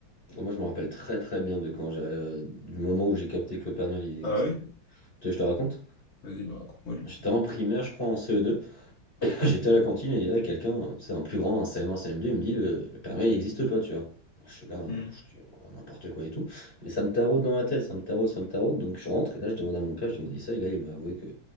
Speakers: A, on the left; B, on the left.
A: Moi, je me rappelle très très bien de quand j'ai, euh, du moment où j'ai capté que le Père Noël, il existait
B: Ah ouais?
A: pas. Tu veux que je te raconte?
B: Vas-y, bah raconte-moi du
A: J'étais
B: coup.
A: en primaire, je crois, en CE2. <laughs> J'étais à la cantine et il y avait quelqu'un, c'est un plus grand, un CM1, CM2, il me dit, le, le Père Noël, il n'existe pas, tu vois. Je suis là,
B: Hmm.
A: je dis oh, n'importe quoi et tout. Mais ça me taraude dans la tête, ça me taraude, ça me taraude. Donc je rentre et là je demande à mon père, je lui demande ça et là il m'a avoué que